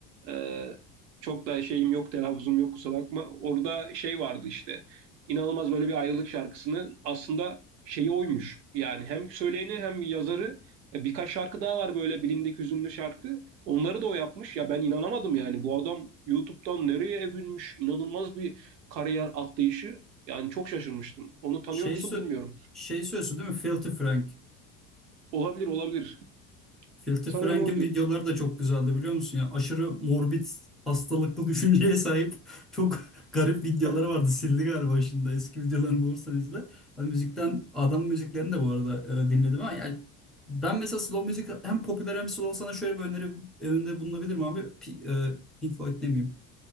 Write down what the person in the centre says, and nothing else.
Şey,
sö-
şey söylüyorsun değil mi? Filthy Frank.
Filthy
Frank'in
videoları da çok güzeldi biliyor musun? Ya aşırı morbid, hastalıklı <laughs> düşünceye sahip çok <laughs> garip videoları
vardı. Sildi galiba şimdi. Eski videolarını bulursan izle. Hani müzikten, adam müziklerini de bu arada e, dinledim ama yani ben mesela slow müzik hem popüler hem slow sana şöyle bir öneri önünde bulunabilirim abi. P e, Pink Floyd demeyeyim.